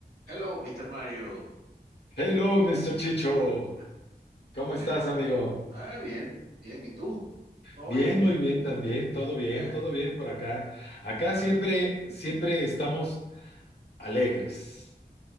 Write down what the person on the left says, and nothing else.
Hello, Mr. Chicho.
¿Cómo estás,
amigo?
Bien,
muy bien también. Todo bien,
todo bien por acá. Acá
siempre,
siempre estamos alegres.